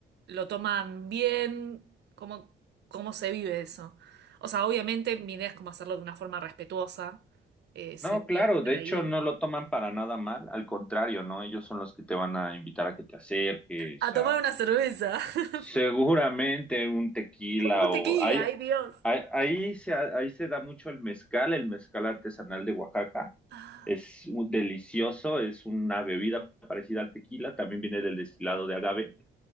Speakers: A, on the right (about 60°); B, in the centre.
A: lo toman bien, ¿cómo, cómo se vive eso? O sea, obviamente mi idea es cómo hacerlo de una forma respetuosa, eh, si
B: No,
A: voy
B: claro,
A: a estar
B: de hecho
A: ahí.
B: no lo toman para nada mal, al contrario, ¿no? Ellos son los que te van a invitar a que te acerques,
A: A tomar
B: a
A: una cerveza. <laughs>
B: seguramente un tequila
A: Un
B: o
A: tequila,
B: hay,
A: ay Dios.
B: Ahí, ahí se, ahí se da mucho el mezcal, el mezcal artesanal de Oaxaca.
A: Ay,
B: Es
A: sí.
B: un- delicioso, es una bebida parecida al tequila, también viene del destilado de agave,